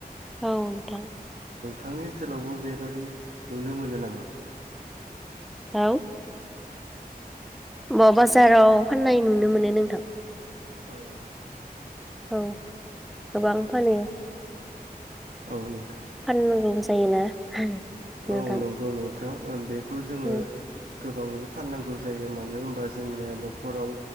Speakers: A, in the centre; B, on the right (about 70°).
A: औ नोंथां
B: थांनि ओनसोलावबो बेबादि नुनो मोनो नामा?
A: औ बा बाजाराव फाननाय नुनो मोनो नोंथां।
B: औ नोंथां
A: औ गोबां फानो
B: औ नों
A: फाननांगौबो जायोना नोंथां
B: औ नंगौ नोंथां ओ बेखौ जोङो
A: औ
B: गोबाङैनो फाननांगौ जायो मानो होन बा जोंनिया न'खराव